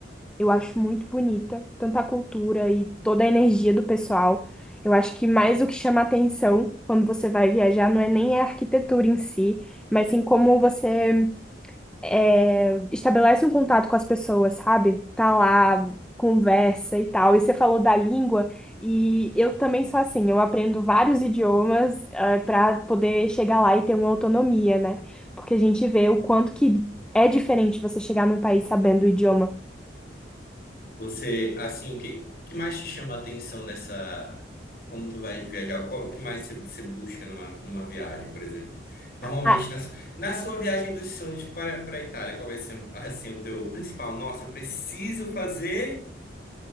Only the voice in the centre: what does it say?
Eu acho muito bonita, tanto a cultura e toda a energia do pessoal. Eu acho que mais o que chama atenção quando você vai viajar não é nem a arquitetura em si, mas sim como você é, estabelece um contato com as pessoas, sabe? Tá lá, conversa e tal. E você falou da língua, e eu também sou assim, eu aprendo vários idiomas, para poder chegar lá e ter uma autonomia, né? Porque a gente vê o quanto que é diferente você chegar num país sabendo o idioma.
Ah,